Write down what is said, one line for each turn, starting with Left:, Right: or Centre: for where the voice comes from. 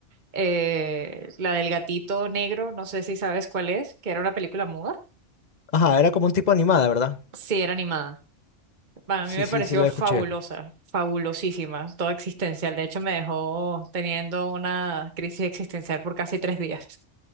Right: eh, la del gatito negro, no sé si sabes cuál es, que era una película muda.
Left: Ajá, era como un tipo animada, ¿verdad?
Right: Sí, era animada. Bueno,
Left: Sí,
Right: a mí me
Left: sí,
Right: pareció
Left: sí la
Right: fabulosa,
Left: escuché.
Right: fabulosísima, toda existencial. De hecho, me dejó teniendo una crisis existencial por casi tres días.